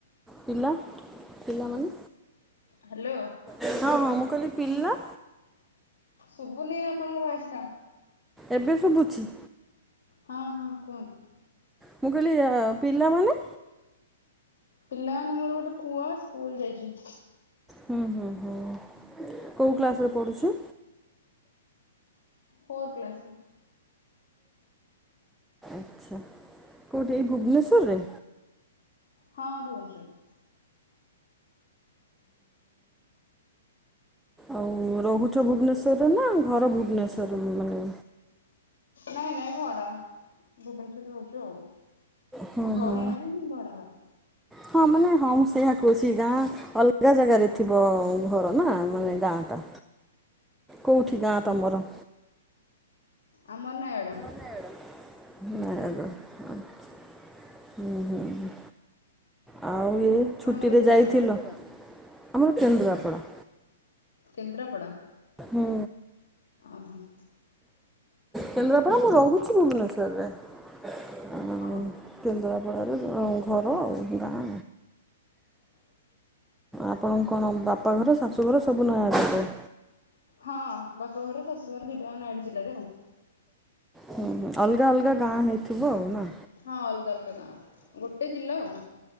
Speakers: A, in the centre; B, on the left.
A: ପିଲା। ପିଲାମାନେ।
B: ହ୍ୟାଲୋ।
A: ହଁ ହଁ ମୁଁ କହିଲି ପିଲା।
B: ଶୁବୁନି ଆପଣଙ୍କ ଭଏସ୍ ଟା।
A: ଏବେ ଶୁଭୁଛି।
B: ହଁ ହଁ କୁହନ୍ତୁ।
A: ମୁଁ କହିଲି ଆ ପିଲାମାନେ।
B: ପିଲା ମାନେ ମୋର ଗୋଟେ ପୁଅ ସ୍କୁଲ ଯାଇଚି।
A: ହୁଁ ହୁଁ ହୁଁ କୋଉ କ୍ଲାସରେ ପଢୁଛୁ?
B: ଫୋର୍ କ୍ଲାସ ରେ।
A: ଆଚ୍ଛା କୋଉଠି ଏଇ ଭୁବନେଶ୍ଵରରେ?
B: ହଁ ଭୁବନେଶ୍ୱରରେ।
A: ଆଉ ରହୁଛ ଭୁବନେଶ୍ୱରରେ ନା ଘର ଭୁବନେଶ୍ୱର ମାନେ
B: ନାଇଁ ନାଇଁ ଭଡା ଭୁବନେଶ୍ଵରରେ ରହୁଛୁ ଆଉ।
A: ହଁ
B: ଘର
A: ହଁ।
B: ନାହିଁ ଭଡା ଘର।
A: ହଁ ମାନେ ହଁ ମୁଁ ସେଇଆ କହୁଛି ଗାଁ ଅଲଗା ଜାଗାରେ ଥିବ ଘର ନା ମାନେ ଗାଁଟା କୋଉଁଠି ଗାଁ ତମର?
B: ଆମର ନାୟଗଡ।
A: ଆଁ <unintelligible> ହୁଁ ହୁଁ ହୁଁ। ଆଉ ଏଇ
B: ଆପଣଙ୍କର
A: ଛୁଟିରେ
B: କୋଉ
A: ଯାଇଥିଲ
B: ଗାଁ
A: ଆମର କେନ୍ଦ୍ରାପଡ଼ା।
B: କେନ୍ଦ୍ରାପଡ଼ା
A: ହୁଁ
B: ଓହୋ।
A: କେନ୍ଦ୍ରାପଡ଼ା ମୁଁ ରହୁଛି ଭୁବନେଶ୍ୱରରେ। ଆଉ
B: ହଁ ହଁ।
A: କେନ୍ଦ୍ରାପଡ଼ାରେ ଘର ଆଉ ଗାଁ। ଆପଣଙ୍କର କଣ ବାପା ଘର ଶାଶୁଘର ସବୁ ନୟାଗଡ଼ ରେ?
B: ହଁ ବାପଘର ଶାଶୁ ଘର ଦିଟା ନୟାଗଡ଼ ଜିଲ୍ଲାରେ ଆଉ।
A: ହୁଁ ହୁଁ ଅଲଗା ଅଲଗା ଗାଁ ହେଇଥିବ ଆଉ ନା?
B: ହଁ ଅଲଗା ଅଲଗା ଗାଁ ଗୋଟେ ଜିଲ୍ଲା ଆଉ।